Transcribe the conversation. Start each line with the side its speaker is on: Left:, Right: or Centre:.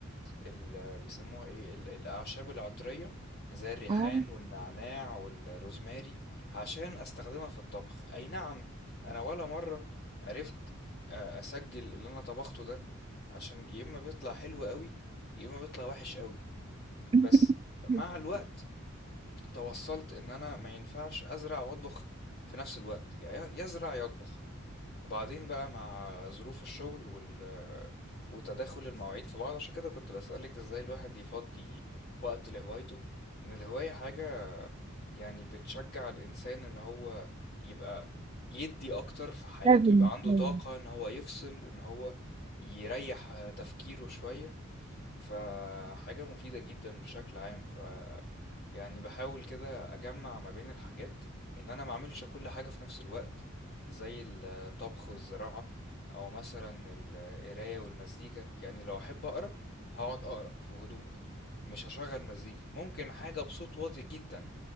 Left: ال بيسموها ايه ال- الاعشاب العطرية زي الريحان
Right: اه
Left: والنعناع والروزماري عشان استخدمها في الطبخ اي نعم انا ولا مرة عرفت اسجل اللي انا طبخته ده عشان يا اما بيطلع حلو قوي يا اما بيطلع وحش قوي
Right: <laughs>
Left: بس مع الوقت توصلت ان انا ما ينفعش ازرع واطبخ في نفس الوقت يعني يزرع يطبخ وبعدين بقى مع ظروف الشغل وال وتداخل المواعيد في بعض عشان كده كنت بسألك ازاي الواحد يفضي وقت لهوايته ان الهواية حاجة يعني بتشجع الانسان ان هو يبقى يدي اكتر في حياته
Right: لازم
Left: يبقى عنده
Right: لازم.
Left: طاقة ان هو يفصل ان هو يريح تفكيره شوية فحاجة مفيدة جدا بشكل عام ف يعني بحاول كده اجمع ما بين الحاجات ان انا ما اعملش كل حاجة في نفس الوقت زي الطبخ والزراعة او مثلا القراية والمزيكا يعني لو احب اقرا هقعد اقرا في هدوء مش هشغل مزيكا ممكن حاجة بصوت واطي جدا